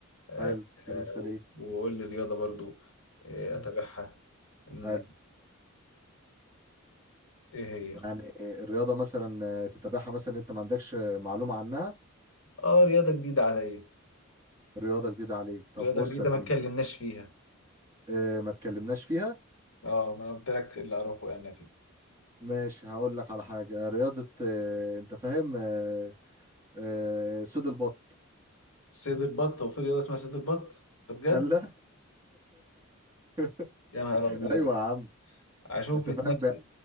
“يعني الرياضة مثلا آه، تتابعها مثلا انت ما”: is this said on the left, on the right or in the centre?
Right